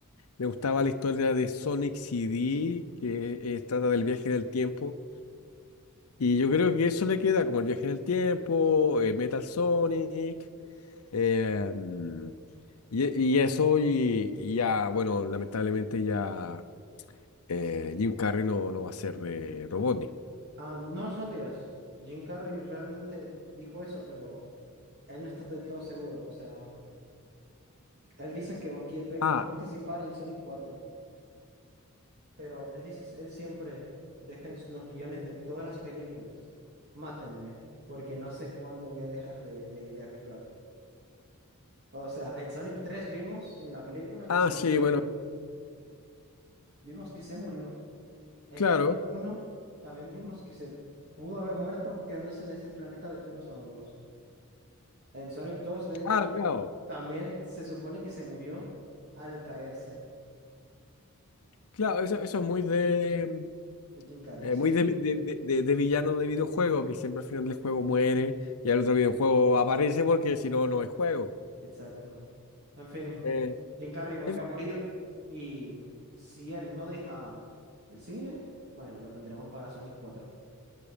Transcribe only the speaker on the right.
Ah, no lo sabías. Jim Carrey realmente dijo eso, pero él no está del todo seguro. O sea, él dice que va- quiere,
quiere participar en Sonic cuatro, pero él dice, él siempre deja en los guiones de todas las películas. Mátenme, porque no sé cuándo voy a dejar de, de de actuar. O sea, en Sonic tres vimos en la película
que se
murió.
Vimos que se murió. En
Sonic uno también vimos que se pudo haber muerto quedándose en ese planeta de puros hongos. En Sonic 2, de hecho,
también se supone que se murió al caerse
de Jim Carrey,
sí,
<laughs> exacto. En fin,
Jim Carrey volvió
a morir y si él no deja el cine, bueno, lo tendremos para Sonic cuatro.